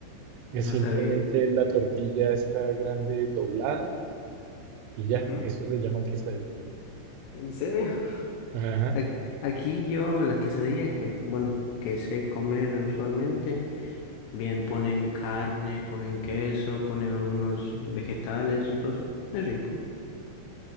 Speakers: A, on the right; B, on the left.
A: Es
B: No
A: simplemente
B: sabía.
A: la tortilla está grande doblada y ya,
B: Ujú.
A: eso le llaman quesadilla.
B: ¿En serio?
A: Ajá.
B: Ac- Aquí yo la quesadilla que, bueno, que sé comer usualmente, bien ponen carne, ponen queso, ponen algunos vegetales, entonces es rico.